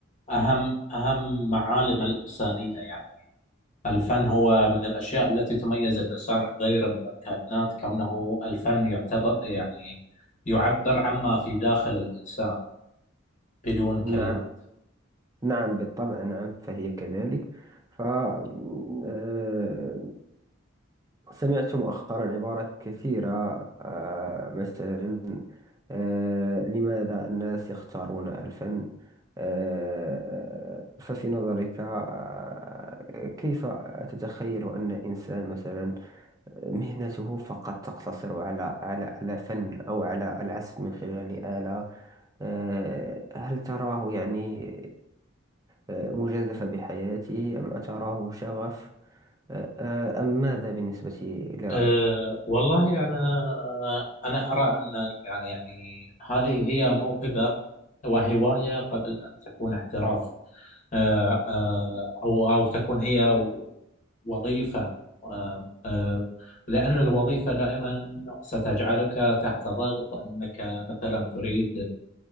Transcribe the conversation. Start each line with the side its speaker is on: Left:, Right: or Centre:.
Left: أهم أهم معالم الإنسانية يعني الفن هو من الأشياء التي تميز الإنسان عن غيره من الكائنات كونه الفن يعتبر يعني يعبر عما في داخل الإنسان بدون كلمات
Right: نعم نعم بالطبع نعم فهي كذلك ف آه، سمعت مؤخرا عبارات كثيرة آه، مثلا آه، لماذا الناس يختارون الفن آه، ففي نظرك آه، كيف تتخيل أن إنسان مثلا مهنته فقط تقتصر على على على فن أو على العزف من خلال آلة آه، هل تراه يعني آه، مجازفة بحياته أم تراه شغف آه، أم ماذا بالنسبة لرأيك؟
Left: أه والله أنا أنا أرى أن يعني هذه هي موهبة وهواية قبل أن تكون احتراف أه أه أو أو تكون هي وظيفة أه أه لأن الوظيفة دائما ستجعلك تحت ضغط أنك مثلا تريد